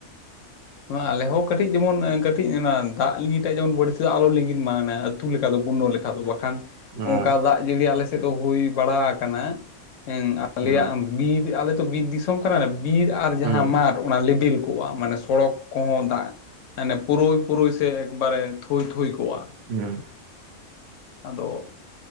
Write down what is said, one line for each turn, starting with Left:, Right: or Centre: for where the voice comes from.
Left: ᱱᱚᱣᱟ ᱟᱞᱮᱦᱚᱸ ᱠᱟᱹᱴᱤᱡ ᱡᱮᱢᱚᱱ ᱠᱟᱹᱴᱤᱡ ᱚᱱᱟ ᱫᱟᱜ ᱞᱤᱸᱜᱤ ᱴᱟᱜ ᱡᱮᱢᱚᱱ ᱵᱟᱹᱲᱛᱤ ᱫᱚ ᱟᱞᱚ ᱞᱤᱸᱜᱤᱱ ᱢᱟ ᱟᱹᱛᱩ ᱞᱮᱠᱟ ᱫᱚ ᱵᱩᱱᱱᱚ ᱞᱮᱠᱟ ᱟᱫᱚ ᱵᱟᱠᱷᱟᱱ
Right: ᱦᱮᱸ
Left: ᱚᱱᱠᱟ ᱫᱟᱜ ᱡᱟᱹᱲᱤ ᱟᱞᱮ ᱥᱮᱫ ᱫᱚ ᱦᱩᱭ ᱵᱟᱲᱟ ᱟᱠᱟᱱᱟ ᱦᱮᱸ ᱟᱞᱮᱭᱟᱜ
Right: ᱦᱮᱸ
Left: ᱵᱤᱨ ᱟᱞᱮ ᱫᱚ ᱵᱤᱨ ᱫᱤᱥᱚᱢ ᱠᱟᱱᱟ ᱵᱤᱨ ᱟᱨ ᱡᱟᱦᱟᱸ
Right: ᱦᱩᱸ
Left: ᱢᱟᱴᱷ ᱚᱱᱟ ᱞᱮᱵᱮᱞ ᱠᱚᱜᱼᱟ᱾ ᱢᱟᱱᱮ ᱥᱚᱲᱚᱠ ᱠᱚᱦᱚᱸ ᱫᱟᱜ ᱢᱟᱱᱮ ᱯᱩᱨᱩᱭ ᱯᱩᱨᱩᱭ ᱥᱮ ᱮᱠᱵᱟᱨᱮ ᱛᱷᱩᱭ ᱛᱷᱩᱭ ᱠᱚᱜᱼᱟ᱾
Right: ᱦᱩᱸ
Left: ᱟᱫᱚ